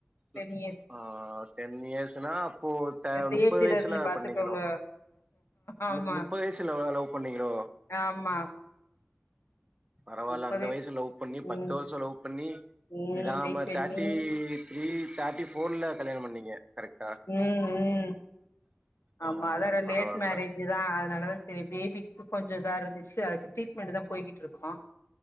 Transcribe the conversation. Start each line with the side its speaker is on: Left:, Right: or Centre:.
Right: ம்
Left: டென் இயர்ஸ்
Right: ஆ ஆ டென் இயர்ஸ்ன்னா அப்போ ட
Left: இந்த
Right: நுப்பது
Left: ஏஜ்ல
Right: வயசுல
Left: இருந்து பாத்துக்கோங்க
Right: பண்ணீங்களோ
Left: ஆமா
Right: நுப் முப்பது வயசுல லவ் பண்ணீங்களோ
Left: ஆமா
Right: பரவால்ல
Left: முப்பது
Right: அந்த வயசுல லவ் பண்ணி
Left: ம்
Right: பத்து வருஷோ லவ் பண்ணி
Left: ம்
Right: விடாம
Left: வெயிட் பண்ணி
Right: தேட்டி த்ரீ தேட்டி போர்ல கல்யாணம் பண்ணீங்க கரெக்டா
Left: ம் ம் ஆமா
Right: ம்
Left: அதாற
Right: பரவால்ல
Left: லேட் மேரேஜ் தா அதனாலதா சேரி பேபிக்கு கொஞ்சோ இதா இருந்துச்சு அதுக்கு ட்ரீட்மெண்ட் தா பொய்கிட்டு இருக்கோ